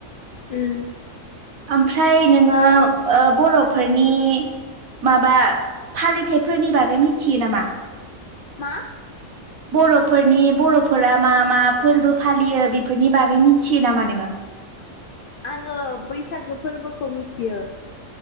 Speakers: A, on the left (about 65°); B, on the right (about 85°).
A: उम
B: ओमफ्राय नोङो ओ बर'फोरनि माबा फालिथायाइफोरनि बागै मिथियो नामा?
A: मा?
B: बर'फोरनि बर'फोरा मा मा फोरबो फालियो बेफोरनि बागै मिथियो नामा नोङो?
A: आङो बैसागो फोरबोखौ मिथियो।